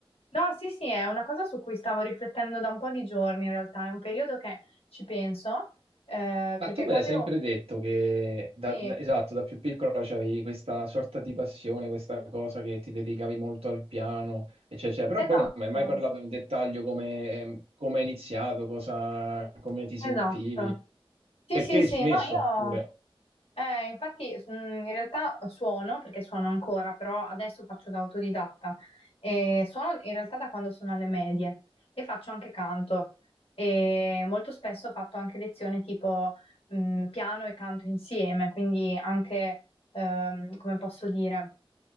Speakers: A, on the left (about 75°); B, on the right (about 85°).
A: No, sì, sì, è una cosa su cui stavo riflettendo da un po' di giorni in realtà, è un periodo che ci penso, eh,
B: Ma
A: perché
B: tu me
A: quando
B: l'hai sempre
A: ero...
B: detto che, da,
A: Sì,
B: da- esatto, da più piccola c'avevi questa sorta di passione, questa cosa che ti dedicavi molto al piano, eccetera, eccetera. Però
A: esatto,
B: poi non mi hai mai parlato in dettaglio come, ehm, come hai iniziato, cosa, come ti sentivi,
A: esatto. Sì,
B: perché
A: sì,
B: hai
A: sì,
B: smesso
A: no, io
B: pure.
A: Eh, infatti, s- mm, in realtà suono, perché suono ancora, però adesso faccio da autodidatta. E suono in realtà da quando sono alle medie e faccio anche canto. E molto spesso ho fatto anche lezioni tipo mm, piano e canto insieme, quindi anche, ehm, come posso dire,